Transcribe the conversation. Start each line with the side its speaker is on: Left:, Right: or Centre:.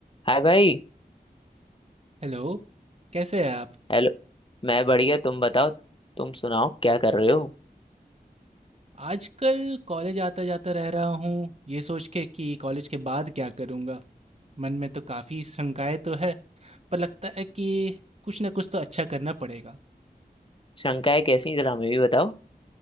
Left: हाय भाई
Right: Hello कैसे हैं आप
Left: हेलो मैं बढ़िया तुम बताओ तुम सुनाओ क्या कर रहे हो
Right: आजकल कॉलेज आता जाता रह रहा हूँ ये सोच के कि कॉलेज के बाद क्या करूँगा मन में तो काफ़ी शंकाएं तो है पर लगता है कि कुछ ना कुछ तो अच्छा करना पड़ेगा
Left: शंकाएं कैसी हैं? जरा हमें भी बताओ